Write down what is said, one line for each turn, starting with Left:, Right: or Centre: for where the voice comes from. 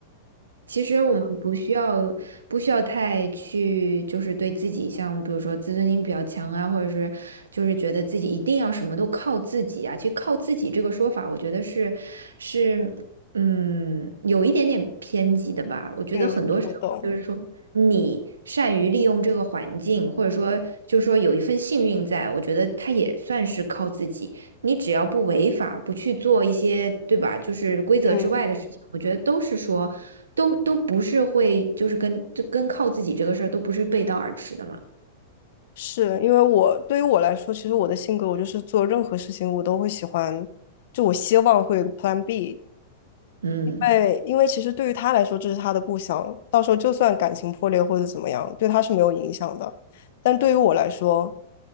Right: 其实我们不需要不需要太去，就是对自己像比如说自尊心比较强啊，或者是就是觉得自己一定要什么都靠自己啊。其实靠自己这个说法，我觉得是是嗯有一点点偏激的吧。我觉得很多时候就是说你善于利用这个环境，
Left: 嗯，我懂，
Right: 或者说就是说有一份幸运在，我觉得他也算是靠自己。你只要不违法，不去做一些，对吧？就是规则之外的事情，
Left: 嗯。
Right: 我觉得都是说，都都不是会，就是跟就跟靠自己这个事儿都不是背道而驰的嘛。
Left: 是因为我对于我来说，其实我的性格，我就是做任何事情我都会喜欢，就我希望会有个 Plan B。
Right: 嗯
Left: 因为因为其实对于他来说，这是他的故乡，到时候就算感情破裂或者怎么样，对他是没有影响的。但对于我来说，